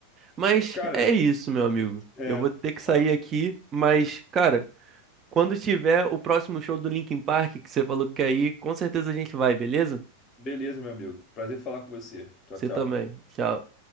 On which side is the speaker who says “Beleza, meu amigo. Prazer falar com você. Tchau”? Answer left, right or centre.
Left